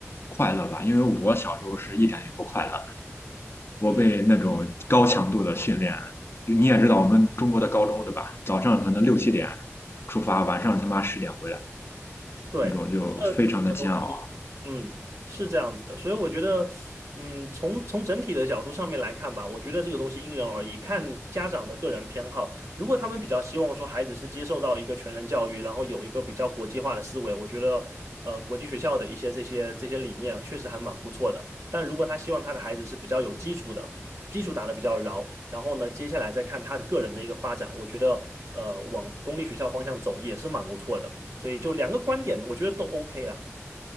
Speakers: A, on the left; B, on the right.
A: 快乐吧。因为我小时候是一点也不快乐，我被那种高强度的训练，
B: 嗯。
A: 就你也知道我们中国的高中，对吧？早上可能六七点出发，晚上他妈十点回来，
B: 对，
A: 那种就非常的煎熬。
B: 呃，这个东西，嗯，是这样子的，所以我觉得，嗯，从从整体的角度上面来看吧，我觉得这个东西因人而异，看家长的个人偏好。如果他们比较希望说孩子是接受到一个全人教育，然后有一个比较国际化的思维，我觉得，呃，国际学校的一些这些这些理念确实还蛮不错的。但如果他希望他的孩子是比较有基础的，基础打得比较牢，然后呢，接下来再看他的个人的一个发展，我觉得，呃，往公立学校方向走也是蛮不错的。所以就两个观点，我觉得都 OK 啦。